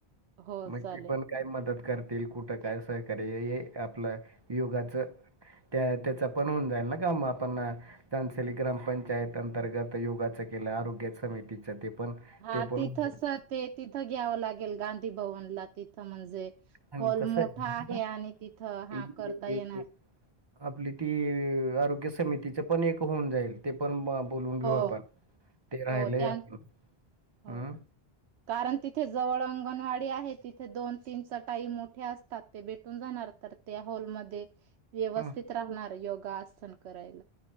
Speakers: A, on the right; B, on the right.
A: हो
B: मग
A: चालेल
B: ते पण काय मदत करतील कुठं काय सहकार्य हे आपलं युगाचं त्या त्याचा पण होऊन जाईल ना काम आपण. तंसली ग्रामपंचायत अंतर्गत योगाचं केलं आरोग्य समितीच ते पण
A: हा
B: ते पण
A: तिथं
B: होऊन जाईल.
A: सर ते तिथं घ्यावं लागेल गांधी भवनला तिथं म्हणजे
B: आणि
A: हॉल
B: कसं
A: मोठा आहे
B: ना
A: आणि तिथं हा
B: इ-
A: करता येणार.
B: इ- इ- आपली ती आरोग्य समितीच पण एक होऊन जाईल. ते पण बोलून घेऊ
A: हो
B: आपण ते राहिलंय
A: हो त्या
B: आपलं,
A: हो
B: हम्.
A: कारण तिथे जवळ अंगणवाडी आहे तिथे दोन तीन चटाई मोठे असतात ते भेटून जाणार. तर त्या हॉलमध्ये व्यवस्थित
B: हं.
A: राहणार योगासन करायला.